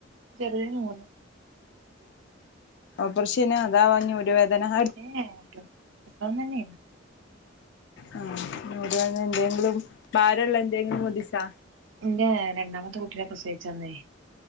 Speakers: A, on the right; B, on the left.
A: ചെറിയോന് മൂന്ന്.
B: ഓപ്പറേഷം ഏനിയോഅതാവോനി ഊര വേദന,
A: ഏ ഏ ട്ടോ പ്രസവം തന്നേന്നു
B: ആ ഇനി ഊര വേദന, എന്തെങ്കിലും ഭാരമള്ള എന്തെങ്കിലും പൊന്തിച്ചാ.
A: എന്റെ രണ്ടാമത്തെ കുട്ടീനെ പ്രസവിച്ചന്നേ